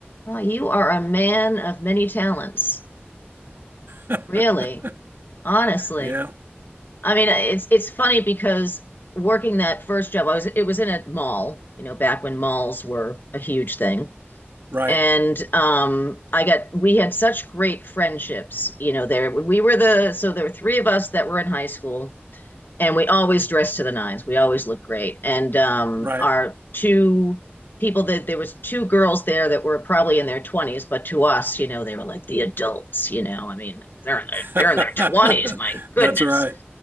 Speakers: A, on the left (about 50°); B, on the right (about 60°).
A: Wow, you are a man of many talents.
B: <laughs>
A: Really? Honestly.
B: yeah,
A: I mean, it's it's funny because working that first job, I was it was in a mall, you know, back when malls were a huge thing.
B: right.
A: and um i got we had such great friendships you know there we were the so there were three of us that were in high school and we always dressed to the nines we always looked great and um
B: Right.
A: our two people that there was two girls there that were probably in their 20s but to us you know they were like the adults you know i mean they're in their, they're
B: <laughs>
A: in their 20s my goodness
B: That's right.